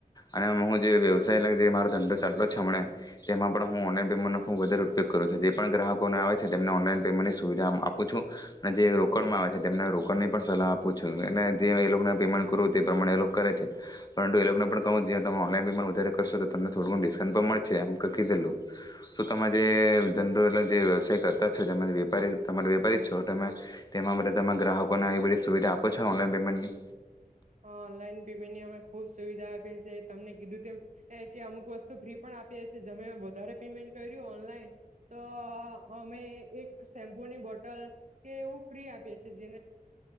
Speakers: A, on the left; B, on the right.
A: અને મુંહ જે વ્યવસાય એટલે જે મારો ધંધો ચાલતો છે અમણે તેમાં પણ હું ઓનલાઈન પેમેન્ટનો ખૂબ વધારે ઉપયોગ કરું છું, જે પણ ગ્રાહકોને આવે છે તેમને ઓનલાઈન પેમેન્ટની સુવિધા આપું છું અને જે રોકડમાં આવે છે તેમને રોકડની પણ સલાહ આપું છું, એટલે જે હોય એ લોકોને પેમેન્ટ કરું તે પ્રમાણે ઐ લોક કરે છે પરંતુ પણે પણ કહું જ્યા તમે ઓનલાઈન પેમેન્ટ વધારે કરશો તો તમને થોડું ઘણુ ડિસ્કાઉન્ટ પણ મળછે એમ ક કીધેલું, તો તમે જે ધંધો એટલે જે વ્યવસાય કરતા છો તમારે વેપારી તમારે વેપારી જ છો તમે તેમાં બધા તમા ગ્રાહકોને આવી બધી સુવિધા આપો છો ઓનલાઈન પેમેન્ટની?
B: ઓનલાઈન પેમેન્ટની અમે ખુબ સુવિધા આપીએ છીએ, તમને કીધું તેમ એ કે અમુક વસ્તુ ફ્રી પણ આપીએ છે, જેમે વધારે પેમેન્ટ કર્યું ઓનલાઈન તો અ અમે ઓ એક શેમ્પુની બોટલ કે એવું ફ્રી આપીએ છે જેને